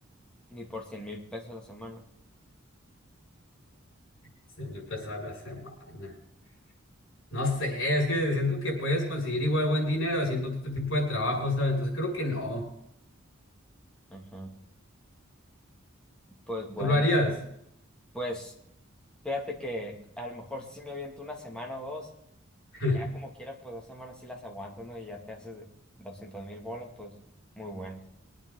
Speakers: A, in the centre; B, on the left.
A: ni por cien mil pesos a la semana.
B: cien mil pesos a la semana. No sé, es que siento que puedes conseguir igual buen dinero haciendo otro tipo de trabajo, ¿sabes? Entonces creo que no.
A: Ajá. Pues bueno.
B: ¿Tú lo harías?
A: Pues Fíjate que a lo mejor sí me aviento una semana o dos,
B: <laughs>
A: ya como quiera, pues dos semanas sí las aguanto, ¿no? Y ya te haces doscientos mil bolas, pues muy buenas.